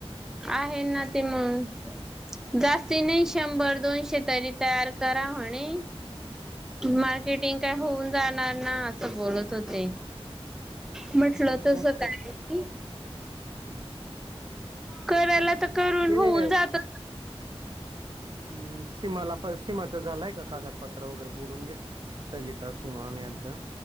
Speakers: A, in the centre; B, on the right.
A: आहे ना ते मग जास्ती नाही शंभर दोन शेेतरी तयार करा म्हणे मार्केटिंग काय होऊन जाणार ना असं बोलत होते म्हटलं
B: बघ
A: तस
B: मग
A: काय
B: हम्म.
A: करायला तर करून
B: ते
A: होऊन जात
B: हम् सीमाला पण सीमाच झालाय का कागदपत्र वगैरे बोलून घे सलिता सिमान यांचा